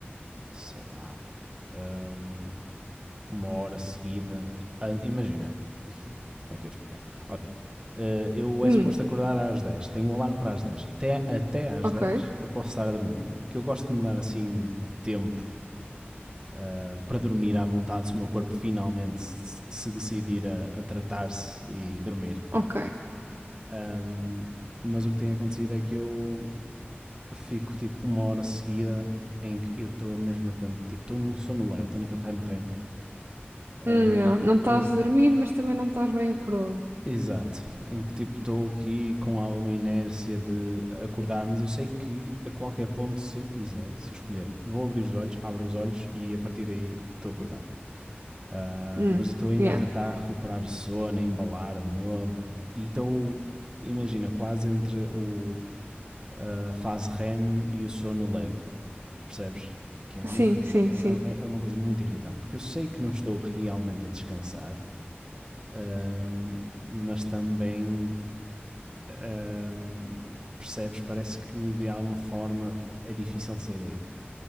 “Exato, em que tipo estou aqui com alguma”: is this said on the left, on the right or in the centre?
Right